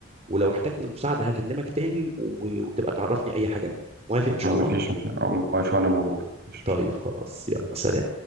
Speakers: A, on the right (about 35°); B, on the right (about 55°).
A: ولو احتجت المساعدة هكلمك تاني و- وتبقى تعرفني أي حاجة منها موافق
B: مفيش
A: إن شاء الله
B: مشكلة آه، واقف وانا موجود مش
A: طيب
B: مشكلة
A: خلاص يلا سلام